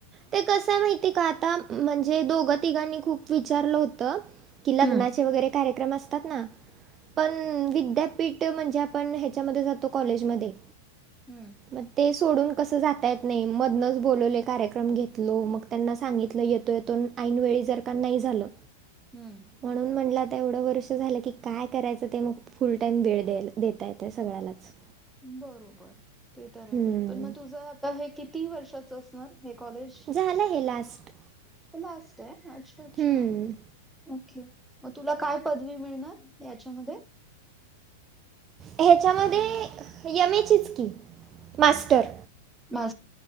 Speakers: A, on the right (about 30°); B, in the centre.
A: ते कसं माहिती आहे का आता म्हणजे दोघं तिघांनी खूप विचारलं होतं कि लग्नाचे
B: हम्म.
A: वगैरे कार्यक्रम असतात ना पण विद्यापीठ म्हणजे आपण ह्याच्यामध्ये जातो कॉलेजमध्ये
B: हम्म.
A: मग ते सोडून कसं जातय आहेत. नाही मधनंच बोलवले कार्यक्रम घेतलो मग त्यांना सांगितलं येतो येतो ऐनवेळी जर का नाही झालं.
B: हम्म,
A: म्हणून म्हटलं आता एवढं वर्ष झालं की काय करायचं ते मग. फुल टाईम वेळ द्याल देता येत सगळ्यालाच.
B: बरोबर ते तर आहे
A: हम्म.
B: पण मग तुझं आता हे किती वर्षाच असणार हे कॉलेज.
A: झालं हे लास्ट.
B: पण लास. तय अच्छ अच्छ
A: हम्म.
B: ओके मग तुला काय पदवी मिळणार याच्यामध्ये.
A: ह्याच्यामध्ये
B: एम ए
A: एम एचच की. मास्टर
B: अच्छा मा